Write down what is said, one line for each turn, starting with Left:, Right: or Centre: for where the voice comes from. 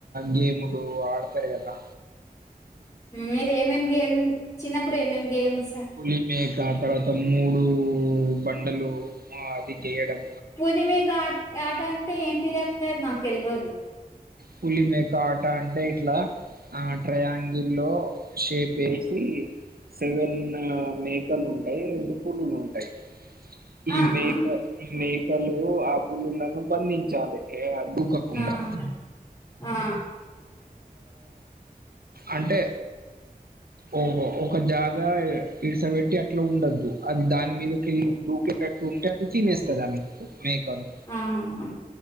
Right: గేములూ ఆడతార్ గదా
Left: మీరేమేమ్ గేమ్ చిన్నప్పుడు ఏమేం గేమ్స్
Right: పులిమేకా తర్వాత మూడూ బండలు ఆ అది జేయడం
Left: పులిమేకా ఆట్ యాటంటే ఏంటి దట్లేద్ నాక్ తెల్వదు
Right: పులి మేకా ఆట అంటే ఇట్లా ఆ ట్రయాంగిల్లో షేప్ ఏసీ సెవెన్నా మేకలుంటయ్ రెండు పులులుంటయ్ ఈ
Left: ఆ
Right: మేక
Left: ఆ
Right: ఈ మేకలు ఆ పులులను బంధించాలి ఏఅ దూకకుండా
Left: ఆ ఆ
Right: అంటే ఓ ఒ ఒక జాగా ఎ ఇడ్సబెట్టి అట్లా ఉండద్దు అది దాని మీదకెళ్ళి దూకే కేటుంటే అది తినేస్తదన్మాట మేకను
Left: ఆ హా